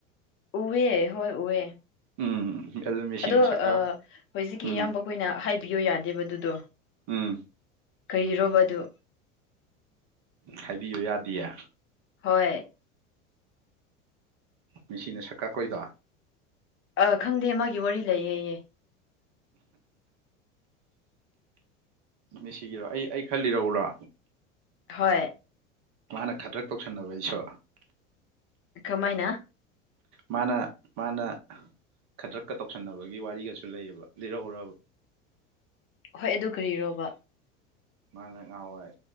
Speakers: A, on the left; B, on the right.
A: ꯎꯋꯦ ꯍꯣꯏ ꯎꯋꯦ
B: ꯎꯝ ꯑꯗꯨ ꯃꯦꯁꯤꯅ
A: ꯑꯗꯣ
B: ꯁꯛꯀꯥ
A: ꯑꯥ ꯍꯧꯖꯤꯛꯀꯤ
B: ꯎꯝ
A: ꯏꯌꯥꯝꯕ ꯈꯣꯏꯅ ꯍꯥꯏꯕꯤꯌꯣ ꯌꯥꯗꯦꯕ ꯑꯗꯨꯗꯣ
B: ꯎꯝ
A: ꯀꯩꯒꯤꯔꯣꯕꯗꯨ
B: ꯍꯥꯏꯕꯤ ꯌꯥꯗꯤꯌꯦ
A: ꯍꯣꯏ
B: ꯃꯦꯁꯤꯅ ꯁꯛ ꯀꯥꯛꯄꯩꯗꯣ
A: ꯑꯥ ꯈꯪꯗꯦ ꯃꯥꯒꯤ ꯋꯥꯔꯤ ꯂꯩ ꯑꯌꯦ
B: ꯃꯦꯁꯤꯒꯤꯔꯣ ꯑꯩ ꯑꯩ ꯈꯔ ꯂꯤꯔꯛꯎꯔꯥ
A: ꯍꯣꯏ
B: ꯃꯥꯅ ꯈꯗ꯭ꯔꯛ ꯇꯧꯁꯟꯅꯕꯩꯁꯨ
A: ꯀꯃꯥꯏꯅ
B: ꯃꯥꯅ ꯃꯥꯅ ꯈꯗ꯭ꯔꯛꯀ ꯇꯧꯁꯟꯅꯕꯒꯤ ꯋꯥꯔꯤꯒꯁꯨ ꯂꯩꯌꯦꯕ ꯂꯤꯔꯛꯎꯔꯕ
A: ꯍꯣꯏ ꯑꯗꯨ ꯀꯔꯤꯔꯣꯕ
B: ꯃꯥꯅ ꯉꯍꯥꯟꯋꯥꯏ